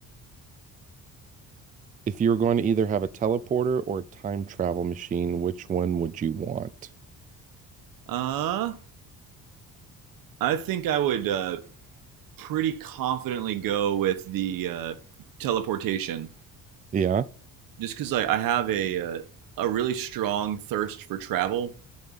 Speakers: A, on the right; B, on the right.
A: If you were going to either have a teleporter or a time travel machine, which one would you want?
B: Uh, I think I would uh, pretty confidently go with the uh, teleportation,
A: Yeah,
B: just because I, I have a uh, a really strong thirst for travel.